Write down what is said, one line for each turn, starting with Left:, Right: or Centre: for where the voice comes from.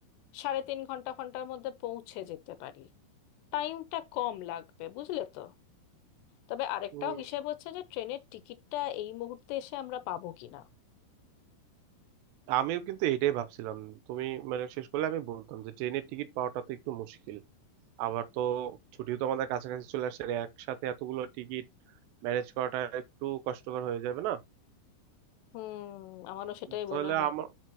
Left: সাড়ে তিন ঘন্টা ঘন্টার মধ্যে পৌঁছে যেতে পারি টাইমটা কম লাগবে বুঝলে তো তবে আরেকটাও
Right: হুম।
Left: হিসেব হচ্ছে যে ট্রেনের টিকিটটা এই মুহূর্তে এসে আমরা পাবো কিনা
Right: আমিও কিন্তু এটাই ভাবছিলাম তুমি মানে শেষ করলে আমি বলতাম যে ট্রেনের টিকিট পাওয়াটা তো একটু মুশকিল আবার তো ছুটিও তো আমাদের কাছাকাছি চলে আসছে আর একসাথে এতগুলো টিকিট ম্যানেজ করাটা একটু কষ্টকর হয়ে যাবে না
Left: হুম আমারও সেটাই
Right: তাহলে
Left: মনে হয়
Right: আমার